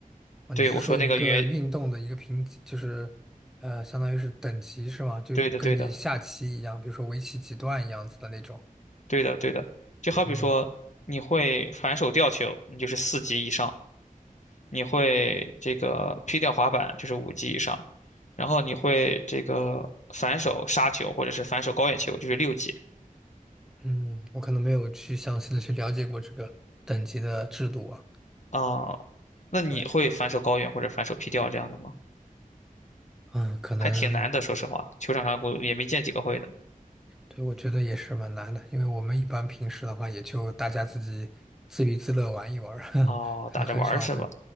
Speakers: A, in the centre; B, on the left (about 55°).
A: 哦，
B: 对我说那个原
A: 你是说一个运动的一个评级，就是呃，相当于是等级是吗？就是跟你下棋一样，
B: 对的对的。
A: 比如说围棋几段一样子的那种。
B: 对的，对的，就好比说，
A: 哦，
B: 你会反手吊球，你就是四级以上；你会这个劈吊滑板，就是五级以上；然后你会这个反手杀球或者是反手高远球，就是六级
A: 嗯，我可能没有去详细的去了解过这个等级的制度啊。
B: 啊。那你会反手高远或者反手劈吊这样的吗？
A: 对，嗯，可能，
B: 还挺难的，说实话，球场上我也没见几个会的。
A: 对，我觉得也是蛮难的，因为我们一般平时的话，也就大家自己自娱自乐玩一玩儿，
B: 哦，
A: <laughs> 可能很少会，
B: 打着玩儿是吧？